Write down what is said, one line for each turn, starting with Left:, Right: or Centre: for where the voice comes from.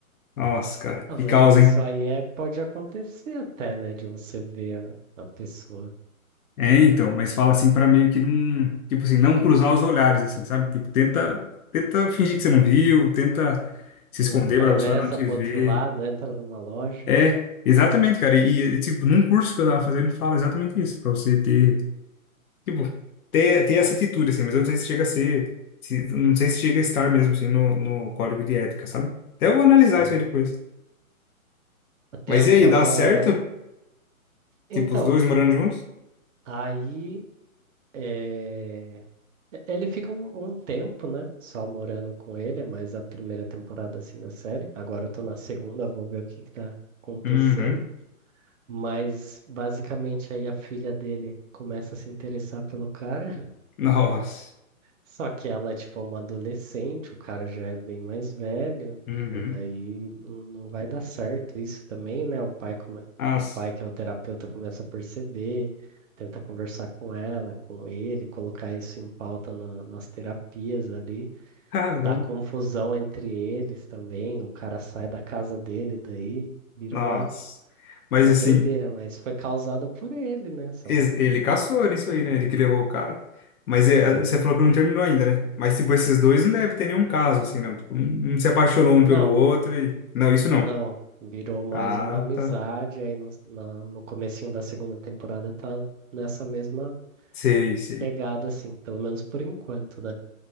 Left: Nossa, cara,
Right: Ah,
Left: que
Right: mas
Left: causa,
Right: isso
Left: hein?
Right: aí é, pode acontecer até, né? De você ver a, a pessoa.
Left: É, então, mas fala assim pra meio que não, tipo assim, não cruzar os olhares assim, sabe? Tipo, tenta, tenta fingir que você não viu, tenta se
Right: Uma
Left: esconder
Right: atravessa
Left: pra pessoa não te
Right: pro
Left: ver.
Right: outro lado, entra numa loja.
Left: É, exatamente, cara. E, e, tipo, num curso que eu tava fazendo, fala exatamente isso, pra você ter, tipo, ter, ter essa atitude assim, mas eu não sei se chega a ser, se, não sei se chega a estar mesmo assim no, no código de ética, sabe? Até vou analisar
Right: Sei.
Left: isso aí depois.
Right: Tem
Left: Mas
Right: até
Left: e aí, dá
Right: uma.
Left: certo?
Right: Então,
Left: Tipo, os dois morando juntos?
Right: aí é, ele fica um, um tempo, né? Só morando com ele, é mais a primeira temporada assim da série. Agora eu tô na segunda, vou ver o que que tá acontecendo.
Left: Uhum.
Right: Mas basicamente aí a filha dele começa a se interessar pelo cara.
Left: Nossa.
Right: Só que ela é tipo uma adolescente, o cara já é bem mais velho,
Left: Uhum.
Right: e daí não, não vai dar certo isso também, né? O pai, come...
Left: Nossa.
Right: o pai, que é o terapeuta, começa a perceber, tenta conversar com ela, com ele, colocar isso em pauta na- nas terapias ali,
Left: <laughs> Caramba.
Right: dá confusão entre eles também, o cara sai da casa dele, daí vira
Left: Nossa.
Right: uma,
Left: Mas
Right: uma
Left: assim,
Right: doideira, mas foi causada por ele, né? Essa loucura.
Left: es- ele caçou isso aí, né? Ele que levou o cara. Mas é,
Right: Sim.
Left: você falou que não terminou ainda, né? Mas tipo, esses dois não deve ter nenhum caso, assim, não. Tipo, um um se apaixonou um
Right: Não,
Left: pelo outro e. Não, isso não.
Right: Não, virou mais
Left: Ah,
Right: uma amizade
Left: tá.
Right: aí no, na- no comecinho da segunda temporada tá nessa mesma
Left: Sei, sei.
Right: pegada, assim, pelo menos por enquanto, né?